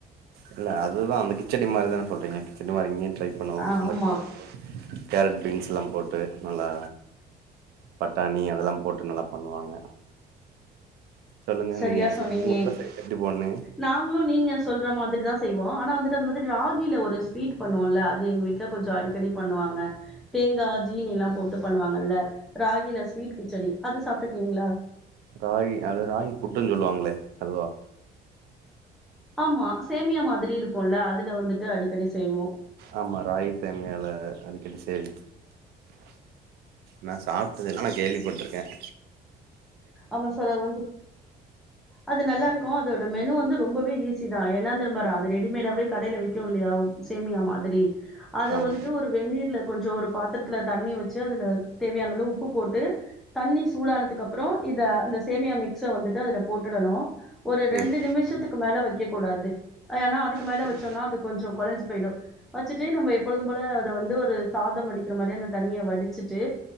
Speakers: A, on the right; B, in the centre.
A: இல்ல அதுதான் அந்த கிச்சடி மாதிரிதானே சொல்றீங்க கிச்சடி. இன்ன மாதிரிங்கேயு ட்ரை பண்ணுவோம்
B: ஆ
A: அந்த
B: ஆமா
A: கேரட்டு கேரட் பீன்ஸ் எல்லாம் போட். போட்டு நல்லா பட்டாணி அதெல்லாம் போட்டு நல்லா பண்ணுவாங்க. சொல்லுங்க
B: சரியா
A: நீங்க
B: சொன்னீங்க
A: சரி உங்க உங்க சைடு எப்டி பண்ணுங்க
B: நாங்களும் நீங்க சொல்ற மாதிரிதா. செய்வோம் ஆனா வந்துட்டு அந்த மாதிரி ராகில ஒரு ஸ்வீட் பண்ணுவோம்ல அது எங்க வீட்டுல கொஞ்சம் அடிக்கடி பண்ணுவாங்க தேங்கா ஜீனி எல்லாம் போட்டு பண்ணுவாங்கல்ல ராகில ஸ்வீட் கிச்சடி அது சாப்பிட்டுருக்கீங்களா.
A: ராகி அது ராகி புட்டுன்னு சொல்லுவாங்களே அதுவா.
B: ஆமா சேமியா மாதிரி இருக். இருக்கும்ல அதுல வந்துட்டு அடிக்கடி செய்வோம்.
A: ஆமா ராகி சேமியால அடிக்கடி சரி நான் சாப்பிட்டது இல்ல நான் கேள்விப்பட்டிருக்கேன்
B: ஆமா சார் அது வந்து அது நல்லா இருக்கும் அதோட மெனு வந்து ரொம்பவே ஈஸி தான் ஏனா அது ரெடிமேடாவே கடையில விக்கும் இல்லையா சேமியா மாதிரி அத
A: ஆமா
B: வந்துட்டு ஒரு வென்நீர்ல கொஞ்சம் ஒரு பாத்திரத்துல தண்ணி வச்சு அதுல தேவையான அளவு உப்பு போட்டு தண்ணி சூடானதுக்கு அப்பறம் இத அந்த சேமியா மிக்ஸ் வந்துட்டு அதுல போட்டுடணும் ஒரு ரெண்டு
A: ம்
B: நிமிஷத்துக்கு மேல வைக்க கூடாது ஏனா அத் துக்கு மேல
A: சரி
B: வச்சோம்னா அது கொஞ்சம் குலஞ் போயிடும் வச்சுட்டு நம்ம எப்பொழுதும் போல அத வந்து ஒரு சாதம் வடிக்கிற மாதிரியி அந்த தண்ணிய வடிச்சிட்டு